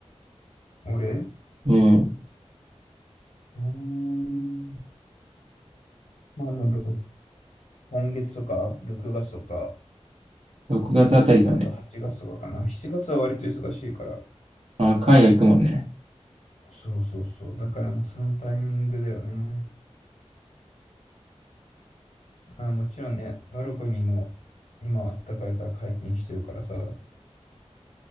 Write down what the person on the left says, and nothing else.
俺
うーん。まああの、ろ今月とか、6月とか、
あと8月はちがつとかかな。7月は割と忙しいから。
そうそうそう。だからもうそのタイミングだよね。まあもちろんね、バルコニーも今あったかいから解禁してるからさ。